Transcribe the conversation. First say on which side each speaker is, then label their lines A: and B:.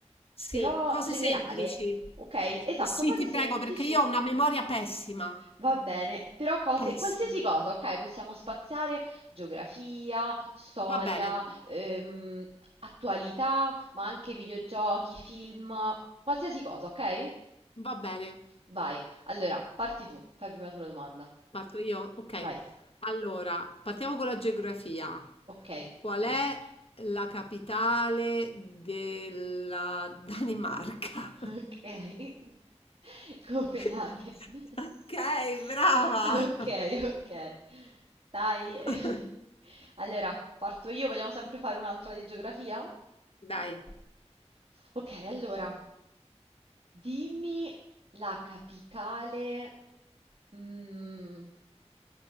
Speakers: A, on the left (about 55°); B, on the right (about 60°).
A: Sì,
B: però
A: Cose
B: generale.
A: semplici.
B: Ok? Esatto,
A: Sì,
B: cose
A: ti
B: semplici.
A: prego, perché io ho una memoria pessima.
B: Va bene, però cose,
A: Pessima.
B: qualsiasi cosa, ok? Possiamo spaziare geografia, storia,
A: Va bene,
B: ehm, attualità, ma anche videogiochi, film, qualsiasi cosa, ok?
A: va bene.
B: Vai, allora, parti tu, fai prima tu la domanda.
A: Parto io? Ok.
B: Vai,
A: Allora, partiamo con la geografia.
B: ok.
A: Qual è la capitale della Danimarca?
B: <laughs> Ok. <laughs> Copenaghen.
A: <laughs>
B: <laughs>
A: Ok, brava.
B: Ok, ok. Dai.
A: <laughs>
B: <laughs> Allora, parto io, vogliamo sempre fare un'altra di geografia?
A: Dai.
B: Ok, allora, dimmi la capitale, mm,